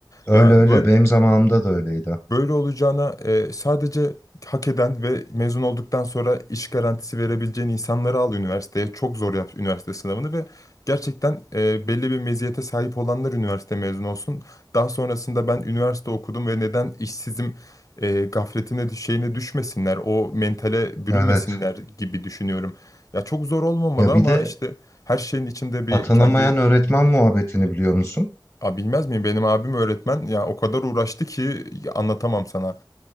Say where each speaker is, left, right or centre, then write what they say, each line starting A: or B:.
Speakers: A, on the left (about 15°); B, on the left (about 50°).
A: Öyle
B: Ya
A: öyle.
B: böyle
A: Benim zamanımda da öyleydi.
B: Böyle olacağına e, sadece hak eden ve mezun olduktan sonra iş garantisi verebileceğin insanları al üniversiteye. Çok zor yap üniversite sınavını ve gerçekten e, belli bir meziyete sahip olanlar üniversite mezunu olsun. Daha sonrasında ben üniversite okudum ve neden işsizim e, gafletine düş- şeyine düşmesinler, o mentale bürünmesinler
A: Evet.
B: gibi düşünüyorum. Ya çok zor olmamalı
A: Ya
B: ama
A: bir de
B: işte her şeyin içinde bir
A: Atanamayan
B: kendi...
A: öğretmen muhabbetini biliyor musun?
B: A, bilmez miyim? Benim abim öğretmen. Ya o kadar uğraştı ki anlatamam sana